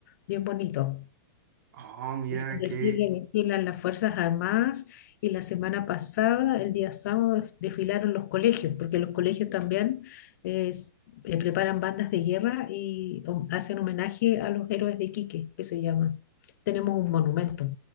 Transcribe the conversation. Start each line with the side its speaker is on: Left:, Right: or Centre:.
Left: bien bonito.
Right: Oh, mira
Left: Ese desfile
Right: qué,
Left: desfilan las Fuerzas Armadas y la semana pasada, el día sábado, def- desfilaron los colegios, porque los colegios también es- eh, preparan bandas de guerra y hom- hacen homenaje a los héroes de Iquique, que se llama. Tenemos un monumento